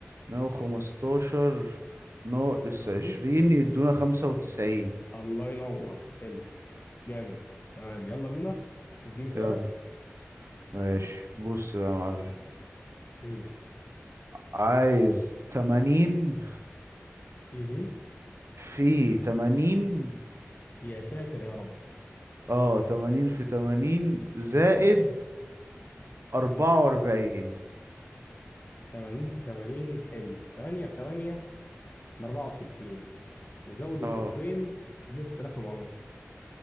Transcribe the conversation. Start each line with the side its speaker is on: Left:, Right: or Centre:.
Right: مية وخمستاشر ناقص
Left: مهم.
Right: عشرين يدونا خمسة وتسعين
Left: الله ينور حلو جامد تمام يلا بينا اديني سؤالك
Right: يلا ماشي بص بقى يا معلم
Left: مهم.
Right: عايز 80
Left: مهم.
Right: في 80
Left: يا ساتر يا رب
Right: اه 80 في 80 زائد 44
Left: 80 في 80 حلو 8 في 8 ب 64 نزود الصفرين
Right: اه
Left: ب 6400